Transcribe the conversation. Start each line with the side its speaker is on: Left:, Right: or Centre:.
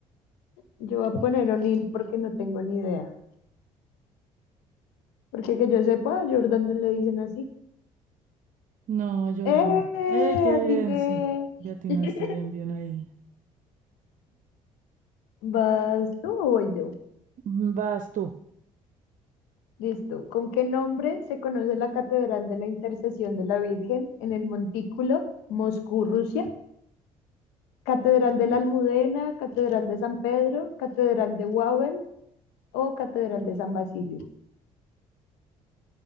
Left: yo voy a poner O'Neill porque no tengo ni idea. Porque que yo sepa, a Jordan no le dicen así.
Right: No, Jordan.
Left: ¡Eh!
Right: ¡Ey, qué bien!
Left: Atiné.
Right: Sí, ya atinaste
Left: <laughs>
Right: bien, bien ahí.
Left: ¿Vas tú o voy yo?
Right: Mm, Vas tú.
Left: Listo. ¿Con qué nombre se conoce la Catedral de la Intercesión de la Virgen en el Montículo, Moscú, Rusia? Catedral de la Almudena, Catedral de San Pedro, Catedral de Wawel, O Catedral de San Basilio.